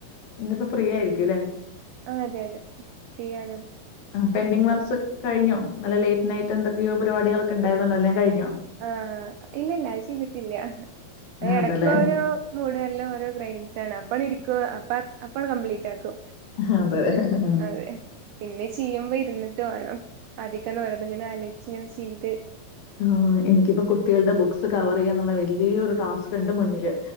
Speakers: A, on the left (about 75°); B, on the right (about 85°).
A: ഇന്നിപ്പോ ഫ്രീ ആയിരിക്കുംല്ലേ
B: ആഹ് അതെ അതെ ഫ്രീ ആണ്
A: ആഹ് പെൻ്റിങ് വർക്സ് കഴിഞ്ഞോ നല്ല ലേറ്റ് നൈറ്റ് എന്തൊക്കെയോ പരിപടികളൊക്കെ ഉണ്ടായിരുന്നല്ല എല്ലാം കഴിഞ്ഞോ
B: ആഹ് ഇല്ല ഇല്ല ചെയീതിറ്റില്ല ഇടക്കോരോ
A: അതല്ലേ
B: <unintelligible> മൂടല്ലാം ഓരോ ഗ്രെയിൻസ് ആണ് അപ്പ ഇരിക്കുവ അപ്പ അപ്പ കംപ്ലീറ്റ് ആക്കും
A: ആഹ് അതെ ഉം
B: അതെ പിന്നെ ചെയ്യുമ്പോ ഇരുന്നിട്ട് വേണം ആധിക്ന്ന ഇങ്ങനെ അലച്ച ഇങ്ങനെ ചെയ്ത്
A: ആഹ് എനിക്കിപ്പോ കുട്ടികളുടെ ബുക്സ് കവർ ചെയ്യാനുള്ള വലിയരു ടാസ്ക് ഉണ്ട് മുന്നില്